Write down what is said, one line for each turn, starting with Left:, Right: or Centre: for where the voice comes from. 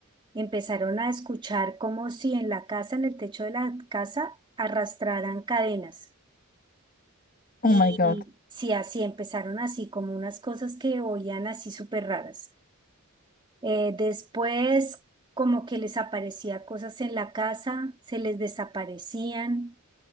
Right: empezaron a escuchar como si en la casa, en el techo de la casa, arrastraran cadenas. Y
Left: Oh my God,
Right: sí, así empezaron así, como unas cosas que oían así súper raras. Eh, después, como que les aparecía cosas en la casa, se les desaparecían.